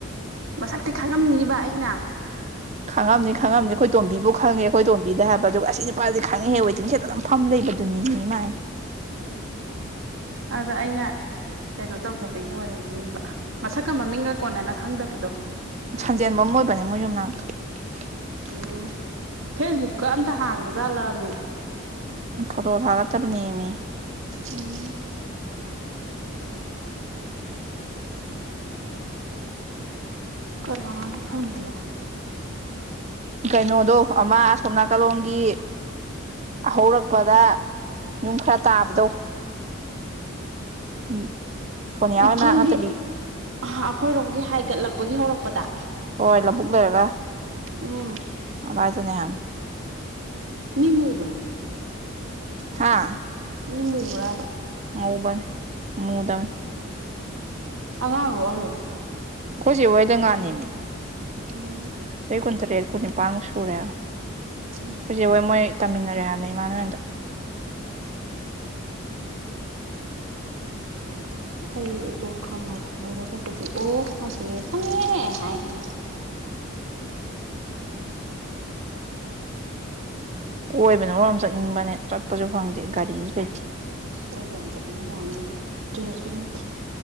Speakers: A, on the right (about 70°); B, on the right (about 35°).
A: ꯃꯁꯛꯇꯤ ꯈꯥꯡꯉꯝꯅꯤꯕ ꯑꯩꯅ
B: ꯈꯪꯉꯝꯅꯤ ꯈꯪꯉꯝꯅꯤ ꯑꯩꯈꯣꯏ ꯇꯣꯝꯕꯤꯕꯨ ꯈꯪꯉꯦ ꯑꯩꯈꯣꯏ ꯇꯣꯝꯕꯤꯗ ꯍꯥꯏꯕ ꯑꯗꯨꯒ ꯑꯁꯤ ꯅꯨꯄꯥꯁꯦ ꯈꯪꯉꯦ ꯍꯦ ꯋꯦꯇꯤꯡꯁꯦꯠꯇꯅꯐꯝ ꯂꯩꯕꯗꯨꯅꯤ ꯃꯥꯏ
A: ꯑꯗ ꯑꯩꯅ ꯀꯩꯅꯣ ꯇꯧꯗꯕꯒꯤ ꯑꯣꯏꯔꯝꯅꯦꯕ ꯃꯁꯛꯀ ꯃꯃꯤꯡꯒ ꯀꯣꯟꯅꯅ ꯈꯪꯗꯕꯗꯣ
B: ꯁꯟꯖꯦꯟꯕꯝ ꯑꯣꯏꯕꯅꯦ <inaudible>
A: ꯎꯝ ꯐꯦꯁꯕꯨꯛꯀ ꯑꯝꯇ ꯍꯥꯡꯗ ꯆꯠꯂꯛꯑꯃꯦ
B: ꯐꯣꯇꯣ ꯊꯥꯒꯠꯇꯕꯅꯦꯃꯤ
A: ꯎꯝ ꯀꯅꯥꯅ ꯈꯪꯗꯅꯦ
B: ꯀꯩꯅꯣꯗꯣ ꯑꯃ ꯁꯣꯝꯅꯥꯀꯥꯂꯣꯡꯝꯒꯤ ꯍꯧꯔꯛꯄꯗ ꯌꯨꯝ ꯈꯔ ꯇꯥꯕꯗꯧ ꯎꯝ ꯁꯣꯅꯤꯌꯥ ꯍꯣ
A: ꯁꯣꯝꯒꯤ
B: ꯃꯅꯥꯛ ꯅꯠꯇꯕꯤ
A: ꯑꯩꯈꯣꯏꯔꯣꯝꯒꯤ ꯍꯥꯏꯒꯠꯂꯛꯄꯒꯤ ꯍꯧꯔꯛꯄꯗ
B: ꯍꯣꯏ ꯂꯕꯨꯛ ꯂꯩꯔꯒ
A: ꯎꯝ
B: ꯕꯥꯥꯏꯗꯅꯦꯍꯥꯟ
A: ꯃꯤ ꯃꯨꯕ꯭ꯔ
B: ꯍꯥꯥ
A: ꯃꯤ ꯃꯨꯕ꯭ꯔꯕ
B: ꯃꯕꯟ ꯃꯨꯗꯟ
A: ꯑꯉꯥꯡ ꯂꯣꯛꯍꯜꯂꯣ
B: ꯑꯩꯈꯣꯏꯁꯦ ꯍꯣꯏꯗ ꯉꯥꯅꯤꯃꯤ
A: ꯑꯣ
B: ꯑꯩ ꯀꯨꯟꯇꯔꯦꯠ ꯀꯨꯟ ꯅꯤꯄꯥꯟꯃꯨꯛ ꯁꯨꯔꯦ
A: ꯎꯝ
B: ꯍꯧꯖꯤꯛ ꯍꯣꯏ ꯃꯣꯏ ꯇꯝꯃꯤꯟꯅꯔꯦ ꯍꯥꯏꯕꯅꯦ ꯏꯃꯥꯟꯅꯦꯟꯗ
A: ꯎꯝ ꯑꯩ ꯑꯗꯨ ꯈꯪꯉꯔꯣꯏ ꯎꯔꯒꯕꯨꯗꯤ ꯑꯣ ꯉꯁꯤ ꯈꯪꯉꯦ ꯍꯥꯏꯍ <inaudible>
B: ꯀꯣꯏꯕꯅ ꯃꯔ ꯑꯃ ꯆꯠꯅꯤꯡꯕꯅꯦ ꯆꯠꯄꯁꯨ ꯐꯪꯗꯦ ꯒꯥꯔꯤꯁꯨ ꯂꯩꯇꯦ
A: ꯑꯩ ꯌꯥꯝ ꯆꯠꯅꯤꯡꯉꯅꯤ ꯗ꯭ꯔꯦꯁꯁꯨ ꯂꯩꯇꯦ